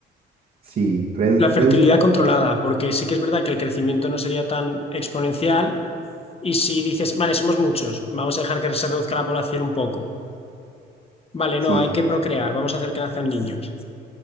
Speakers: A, on the right; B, on the left.
A: sí, redu-
B: La
A: reducir
B: fertilidad
A: la fertilidad,
B: controlada, porque sí que es verdad que el crecimiento no sería tan exponencial. Y si dices, vale, somos muchos, vamos a dejar que se reduzca la población un poco. Vale,
A: sí.
B: no, hay que procrear, vamos a hacer que nazcan niños.